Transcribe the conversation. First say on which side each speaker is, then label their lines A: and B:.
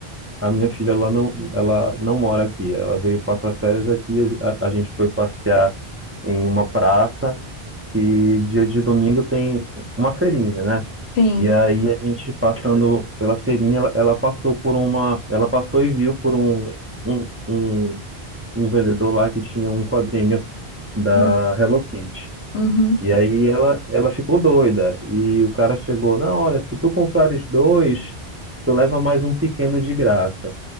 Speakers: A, on the right (about 20°); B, on the left (about 85°).
A: A minha filha, ela não, ela não mora aqui. Ela veio passar férias aqui. A, a gente foi passear em uma praça que dia de domingo tem uma feirinha, né?
B: Sim.
A: E aí a gente passando pela feirinha, ela, ela passou por uma, ela passou e viu por um, um, um, um vendedor lá que tinha um quadrinho da
B: Hum,
A: Hello Kitty.
B: Uhum.
A: E aí ela, ela ficou doida. E o cara chegou, não, olha, se tu comprares dois, tu leva mais um pequeno de graça.